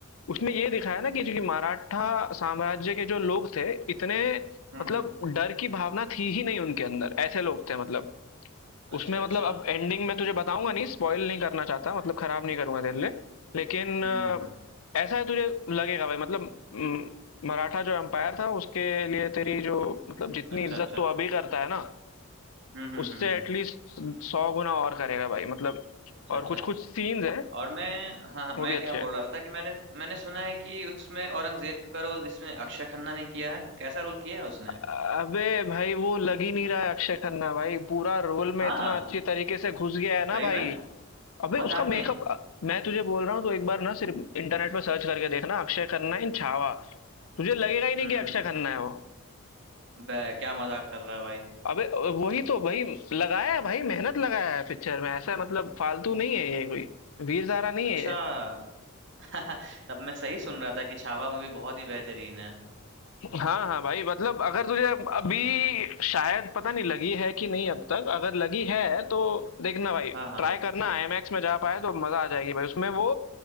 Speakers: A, on the left (about 70°); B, on the right (about 55°).
A: उसमें ये दिखाया ना कि जो कि मराठा साम्राज्य के जो लोग थे इतने
B: हम्म
A: मतलब
B: हम्म
A: डर की भावना थी ही नहीं उनके अंदर, ऐसे लोग थे मतलब।
B: अच्छा
A: उसमें
B: अच्छा
A: मतलब अब एंडिंग मैं तुझे बताऊँगा नहीं, स्पॉइल नहीं करना चाहता, मतलब खराब नहीं करूँगा तेरे लिए। लेकिन
B: हम्म
A: अ,
B: हम्म हम्म
A: ऐसा है तुझे लगेगा भाई मतलब उम, मराठा जो एम्पायर था उसके लिए तेरी जो मतलब जितनी
B: अच्छा
A: इज्जत
B: अच्छा
A: तू अभी करता है ना,
B: हम्म हम्म
A: उससे
B: हम्म
A: एटलीस्ट
B: हम्म
A: 100 गुना और करेगा भाई मतलब
B: अच्छा
A: और
B: अच्छा
A: कुछ-कुछ सीन्स हैं,
B: और मैं हाँ हाँ, मैं
A: वो भी अच्छे
B: क्या बोल
A: हैं।
B: रहा था कि मैंने मैंने सुना है कि उसमें औरंगजेब का रोल इसमें अक्षय खन्ना ने किया है कैसा रोल किया है उसने
A: अबे भाई वो लग ही नहीं रहा है अक्षय खन्ना भाई, पूरा रोल में
B: हाँ
A: इतना अच्छी तरीके से घुस गया है ना
B: सही
A: भाई,
B: में
A: अबे
B: मजाक
A: उसका मेकअप
B: नहीं
A: मैं तुझे बोल रहा हूँ तो एक बार ना सिर्फ इंटरनेट पे सर्च करके देखना अक्षय खन्ना इन छावा तुझे लगेगा ही नहीं
B: हम्म
A: कि अक्षय
B: हम्म
A: खन्ना है वो
B: बे क्या मजाक कर रहा है भाई
A: अबे वही तो भाई लगाया है भाई मेहनत लगाया है पिक्चर में ऐसा मतलब फालतू नहीं है ये कोई वीर ज़ारा नहीं
B: अच्छा
A: है ये
B: <laughs> तब मैं सही सुन रहा था कि छावा मूवी बहुत ही बेहतरीन है
A: हाँ हाँ भाई मतलब अगर तुझे अभी शायद पता नहीं लगी है कि नहीं अब तक अगर लगी है
B: हम्म,
A: तो देखना भाई
B: हाँ हाँ
A: ट्राई करना आईमैक्स में जा पाए तो मजा आ जाएगी भाई उसमें वो